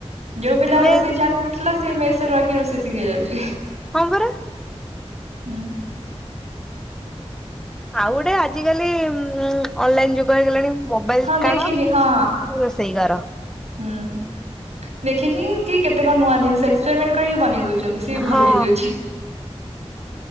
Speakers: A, on the right (about 80°); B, in the centre.
A: ଯୋଉ ପିଲା
B: ମେସ୍
A: ରୋଷେଇ ଜାଣି ନଥିଲା ସେ ମେସ୍ ରେ ରହିକି ରୋଷେଇ ଶିଖି ଯାଉଛି।
B: ହଁ ପରା।
A: ହୁଁ।
B: ଆଉ ଗୋଟେ ଆଜିକାଲି ଉଁ ଅନଲାଇନ ଯୁଗ ହେଇଗଲାଣି। ମୋବାଇଲ
A: ହଁ ଦେଖିକି
B: କାଢ଼
A: ହଁ
B: ରୋଷେଇ କର।
A: ହୁଁ ଦେଖିକି କିଏ କେତେ କଣ ନୂଆ ଜିନିଷ ଏକ୍ସପେରିମେଣ୍ଟ କରିକି ବନେଇ ଦେଉଛନ୍ତି। ସେ ବି
B: ହଁ
A: ଭଲ ହେଇଯାଉଛି।